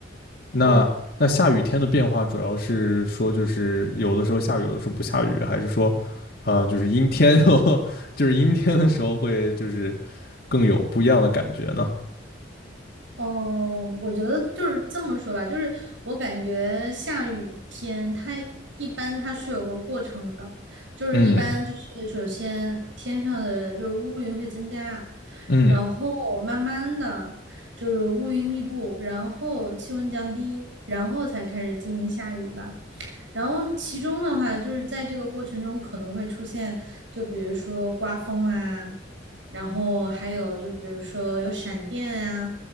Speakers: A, on the left; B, on the right.
A: 那那下雨天的变化主要是说，
B: 对，
A: 就是有的时候下雨，有的时候不下雨，还是说，呃，就是阴天 <laughs>，就是阴天的时候会就是更有不一样的感觉呢？
B: 哦，我觉得就是这么说吧，就是我感觉下雨天它一般它是有个过程的，就是一般就是首先天上的就是乌云会增加，
A: 嗯嗯
B: 然后慢慢的就是乌云密布，然后气温降低，然后才开始进行下雨吧。然后其中的话，就是在这个过程中可能会出现，就比如说刮风啊，然后还有就比如说有闪电啊，